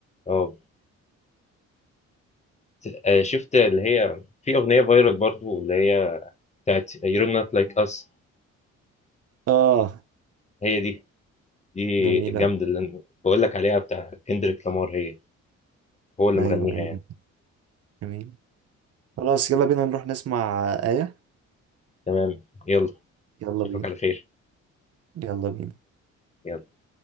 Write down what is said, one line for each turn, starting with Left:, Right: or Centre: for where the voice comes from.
Left: اه ت- آه، شفت اللي هي في اغنيه فايرال برضه اللي هي بتاعت You're not like us
Right: اه
Left: هي دي دي
Right: جميلة
Left: جامدة اللي أنا بقول لك عليها بتاع كندريك لامار هي هو اللي
Right: ايوه
Left: مغنيها
Right: ايوه
Left: يعني
Right: جميلة خلاص يلا بينا نروح نسمع آية
Left: تمام يلا
Right: يلا
Left: أشوفك
Right: بينا
Left: على خير
Right: يلا بينا
Left: يلا